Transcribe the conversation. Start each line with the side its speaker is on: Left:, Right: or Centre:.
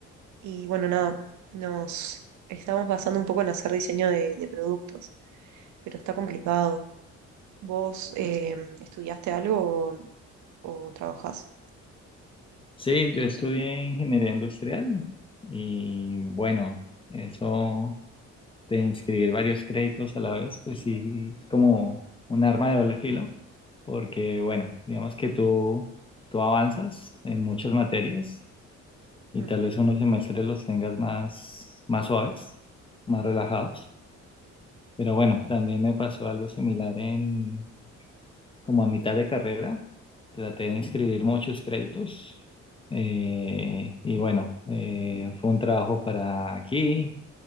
Right: Y bueno, nada, nos estamos basando un poco en hacer diseño de, de productos, pero está complicado. ¿Vos eh, estudiaste algo o, o trabajás?
Left: Sí, yo estudié ingeniería industrial y bueno, eso de inscribir varios créditos a la vez, pues sí, es como un arma de doble filo, porque bueno, digamos que tú, tú avanzas en muchas materias. y
Right: Mm,
Left: tal vez unos semestres los tengas más, más suaves, más relajados. Pero bueno, también me pasó algo similar en como a mitad de carrera. Traté de inscribir muchos créditos eh, y bueno, eh, fue un trabajo para aquí,